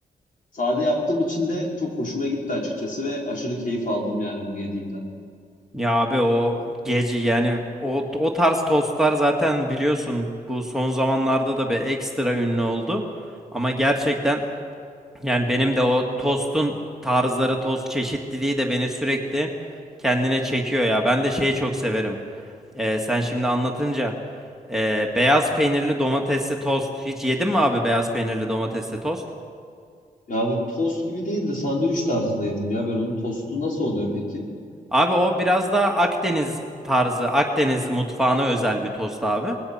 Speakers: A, on the left; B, in the centre.
A: Sade yaptığım için de çok hoşuma gitti açıkçası ve aşırı keyif aldım yani bunu yediğimden.
B: Ya abi o gece yani o o tarz tostlar zaten biliyorsun bu son zamanlarda da bir ekstra ünlü oldu. Ama gerçekten yani benim de o tostun tarzları, tost çeşitliliği de beni sürekli kendine çekiyor ya. Ben de şeyi çok severim. Ee, sen şimdi anlatınca ee, beyaz peynirli domatesli tost. Hiç yedin mi abi beyaz peynirli domatesli tost?
A: Ya bir tost gibi değil de sandviç tarzında yedim ya ben onu. Tostu nasıl oluyor peki?
B: Abi o biraz daha Akdeniz tarzı, Akdeniz mutfağına özel bir tost abi.